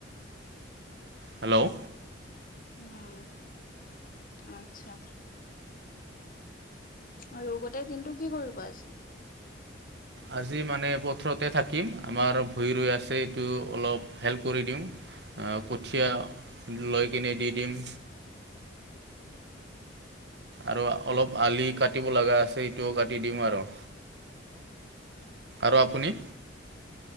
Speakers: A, on the right; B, on the left.
A: হেল্ল'
B: উম! আচ্ছা। আৰু গোটেই দিনটো কি কৰিবা আজি।
A: আজি মানে পথৰতে থাকিম আমাৰ ভূৰি ৰৈ আছে এইটো অলপ হেল্প কৰি দিওঁ। আহ কঠীয়া লৈ কিনে দি দিম। আৰু অলপ আলি কাটিব লগা আছে ইটোও কাটি দিম আৰু। আৰু আপুনি?